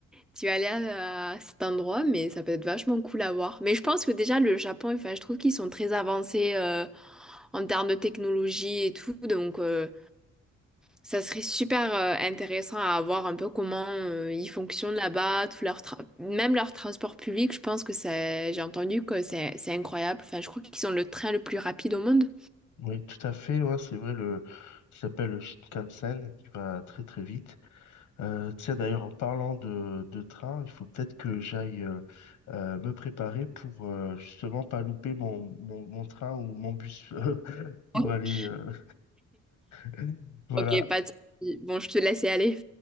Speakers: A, in the centre; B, on the left.
A: Tu vas aller à, à cet endroit, mais ça peut être vachement cool à voir. Mais je pense que déjà, le Japon, enfin, je trouve qu'ils sont très avancés euh, en termes de technologie et tout. Donc, euh, ça serait super euh, intéressant à voir un peu comment euh, ils fonctionnent là-bas, tout leur tra- même leur transport public. Je pense que c'est, j'ai entendu que c'est c'est incroyable. Enfin, je crois qu'ils ont le train le plus rapide au monde.
B: Oui, tout à fait. Ouais, c'est vrai, le qui s'appelle le Shinkansen, qui va très très vite. Euh, tu sais, d'ailleurs, en parlant de, de train, il faut peut-être que j'aille euh, euh, me préparer pour euh, justement pas louper mon, mon, mon train ou mon bus <laughs> pour
A: <laughs>
B: aller. euh, <laughs> voilà.
A: Ok, pas de souci. Bon, je te laisse y aller.